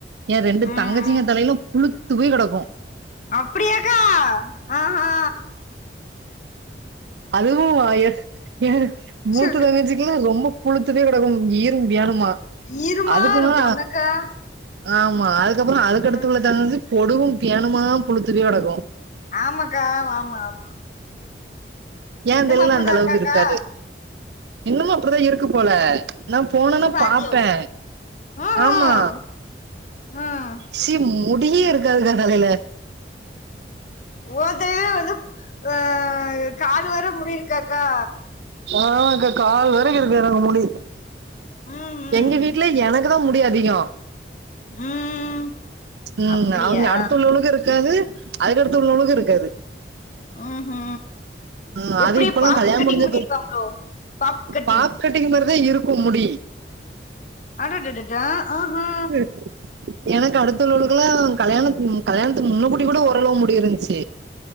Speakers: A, on the right; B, on the left.
A: ஏ ரெண்டு
B: ம்
A: தங்கச்சிங்க
B: ம்
A: தலையிலு புழுத்து போய் கெடக்கு
B: அப்டியாக்கா ஆஹா
A: அதுவு எ எ மூத்த
B: சொல்லு
A: தங்கச்சிக் இல்ல ரொம்ப புழுத்து போய் கெடக்கு ஈரும் பேனுமா
B: ஈருமா
A: அதுக்குன்னா
B: இருக்கு என்னக்கா
A: ஆமா அதுக்கப்புற அதுக்கு அடுத்து
B: ம்
A: உள்ள தங்கச்சிக்கு பொடுகு பேனுமா புழுத்து போய் கெடக்கு
B: ஆமாக்கா ஆமா ஆமா
A: ஏ
B: இன்னுமா
A: தலைல
B: அப்டிதா
A: அந்த அளவுக்கு
B: இருக்காக்கா
A: இருக்காது இன்னமு அப்படிதா இருக்கு போல நா போனன்னா
B: நீ பாத்தியோ
A: பாப்பே
B: ம்
A: ஆமா
B: ம்
A: சி முடியே இருக்காதுகா தலையில
B: ஓத்தையு வந்து ஆ காலு வர முடியிருக்காக்கா
A: ஆ அக்கா கால் வரைக்கு இருக்கு எனக்கு முடி
B: ம்
A: எங்க வீட்ல
B: ம்
A: எனக் எனக்குதா முடி அதிகொ
B: ம்
A: ம்
B: அப்டியா
A: அவுங்க அடுத்து உள்ளவளுக்கு இருக்காது அதுக்கடுத்து உள்ளவளுக்கு இருக்காது
B: ம்ஹூ
A: ஆ
B: எப்டி
A: அது இப்பல்லா
B: பாப்
A: கல்யாண
B: கட்டிங்
A: முடிஞ்ச
B: பண்ணிருப்பாங்ளோ
A: பிறகு
B: பாப் கட்டிங்
A: பாப் கட்டிங் மாறிதா இருக்கு முடி
B: ஆடடடடா ஆஹா
A: ம் எனக்கு அடுத்து உள்ளவளுக்கெல்லா கல்யாணத் கல்யாணத்துக்கு முன்ன கூட்டி கூட ஓரளவு முடியிருந்துச்சு